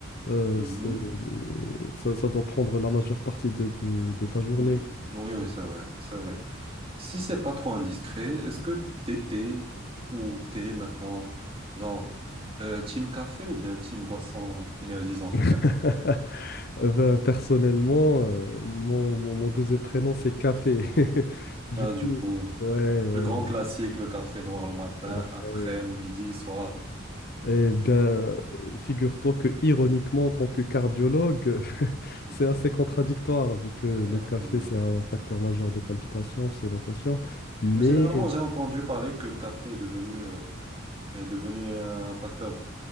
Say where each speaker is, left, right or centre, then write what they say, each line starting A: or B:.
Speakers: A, on the left; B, on the right.
A: euh,
B: Mhm.
A: c'est, euh, ça, ça doit prendre la majeure partie de, de- de ta journée.
B: Hmm, Oui, oui, c'est vrai, c'est vrai. Si c'est pas trop indiscret, est-ce que t'étais ou t'es maintenant, genre, euh, team café ou bien team boisson énergisante? <laughs>
A: <laughs> Euh, ben, personnellement, euh, mon, mon, mon deuxième prénom, c'est Café. <laughs> Du
B: Ah,
A: coup,
B: du coup,
A: ouais, ouais,
B: le grand
A: ouais.
B: classique, le café noir le matin,
A: ouais.
B: après, midi, soir.
A: Eh bien, euh, figure-toi que ironiquement, en tant que cardiologue,
B: <laughs>
A: C'est assez contradictoire, vu que le
B: Ah,
A: café,
B: bah oui.
A: c'est un facteur majeur de palpitation, c'est l'opation. Mais
B: Mais généralement, j'ai entendu parler que le café est devenu, euh, est devenu un facteur,